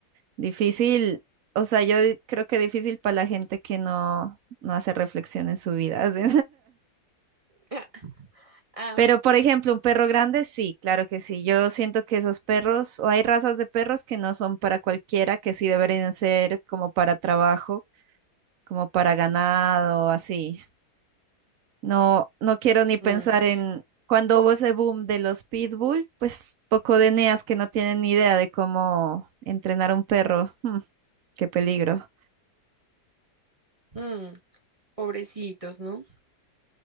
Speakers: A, on the right (about 60°); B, on the right (about 25°).
A: Difícil, o sea, yo di- creo que difícil para la gente que no, no hace reflexión en su vida. así.
B: <laughs>
A: <laughs>
B: Ah,
A: Pero, por ejemplo, un perro grande, sí, claro que sí. Yo siento que esos perros, o hay razas de perros que no son para cualquiera, que sí deberían ser como para trabajo, como para ganado, así. No, no quiero ni pensar
B: mm,
A: en cuando hubo ese boom de los pitbull, pues poco de neas que no tienen ni idea de cómo entrenar a un perro. <laughs> Mm, qué peligro.
B: mm. Pobrecitos, ¿no?